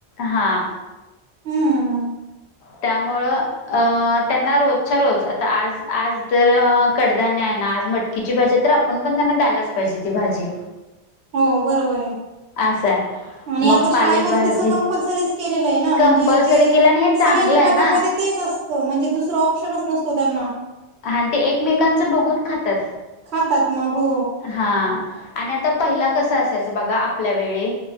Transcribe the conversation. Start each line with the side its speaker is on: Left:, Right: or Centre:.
Left: हां.
Right: हम्म
Left: त्यामुळं अ त्यांना रोजच्या रोज आता आज आज तर कडधान्य आहे ना आज मटकीची भाजी आहे तर आप पण पण त्यांना द्यायलाच पाहिजे ती भाजी.
Right: हो बरोबर आहे.
Left: असं आहे
Right: आणि
Left: मग
Right: आता
Left: पालेभाजी
Right: शाळेमध्ये तसं कंपल्सरीच केलेलं आहे ना
Left: कंपल्सरी
Right: म्हणजे ते
Left: केल्याने हे चांगलं
Right: सगळ्यांच्या
Left: आहे ना
Right: डब्यामध्ये तेच असतं म्हणजे दुसरं ऑप्शनच नसतो त्यांना
Left: हां ते एकमेकांचं बघून खातात.
Right: खातात मग हो
Left: हां आणि आता पहिला कसं असायचं बघा आपल्या वेळी